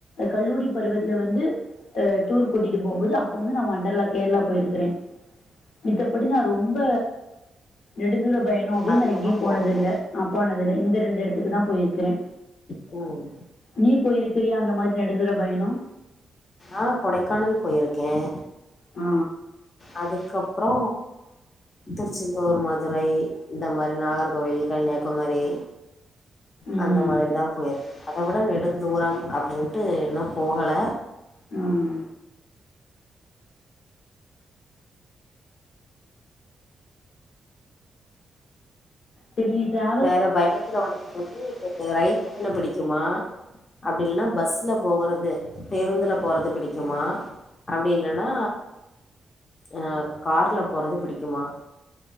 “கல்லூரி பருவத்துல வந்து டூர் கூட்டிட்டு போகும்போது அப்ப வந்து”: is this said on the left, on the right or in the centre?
Left